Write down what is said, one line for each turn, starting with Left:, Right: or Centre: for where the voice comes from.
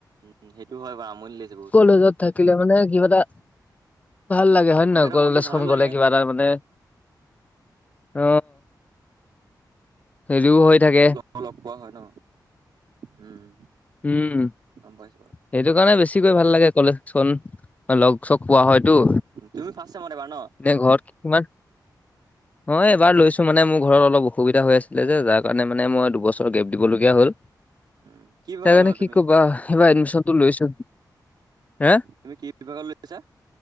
Right: উম সেইটো হয় বাৰু আমনি লাগিছে বহুত।
Left: কলেজত থাকিলে মানে কিবা এটা ভাল লাগে হয় নে নহয়
Right: কিবা এটা
Left: কলেজখন
Right: মনটো ভালো
Left: গ'লে
Right: লাগে
Left: কিবা এটা মানে অ সেৰিও
Right: উম
Left: হৈ থাকে।
Right: লগ পোৱা হয় ন উম
Left: উম
Right: গম পাইছো বাৰু।
Left: সেইটো কাৰণে বেছিকৈ ভাল লাগে কলেজ লগ চ পোৱা হয়তো।
Right: তুমি ফাৰ্ষ ছিয়েমত এবাৰ ন।
Left: এ ঘৰ কি কিমান অ এবাৰ লৈছো মানে মোৰ ঘৰত অলপ অসুবিধা হৈ আছিলে যে যাৰ কাৰণে মানে মই দুবছৰ দিবলীয়া হল
Right: উম কি বিভাগৰ
Left: সেইকাৰণে
Right: ল'লা
Left: কি
Right: তুমি
Left: কবা এইবাৰ এডমিশনটো লৈছো। হে
Right: তুমি কি বিভাগত লৈ আছা।